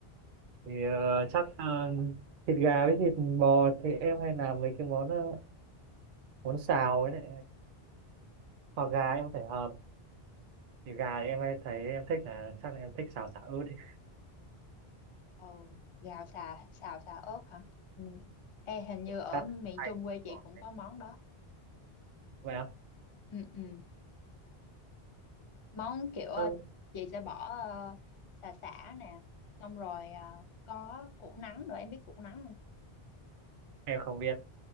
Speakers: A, on the right; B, on the left.
A: thì ờ, chắc ờ, thịt gà với thịt bò thì em hay làm mấy cái món ờ, món xào ấy đấy. hoặc gà em phải hầm thì gà thì em hay thấy em thích là chắc là em thích xào sả ớt thì
B: Ồ, gạo xà, xào xà ớt hả? Ừ. Ê, hình như ở
A: cắt
B: miền
A: hành
B: Trung quê chị
A: bỏ
B: cũng
A: thế.
B: có món đó.
A: vậy ạ?
B: ừ ừ món kiểu ờ,
A: Ừ,
B: chị sẽ bỏ ờ, sả sả nè xong rồi ờ, có củ nắng nữa em biết củ nắng không
A: em không biết